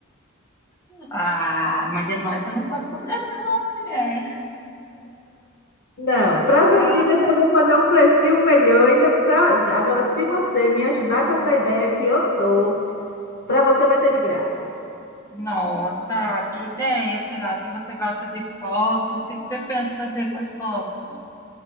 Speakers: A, on the left; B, on the left.
A: Ah, mas de nós você não pode cobrar, não, mulher.
B: <laughs> Não, para
A: Ai.
B: as amigas eu vou fazer um precinho melhor ainda pra... Agora, se você me ajudar com essa ideia que eu tô, para você vai ser de graça.
A: Nossa, que ideia será? Se você gosta de fotos, o que que você pensa fazer com as fotos?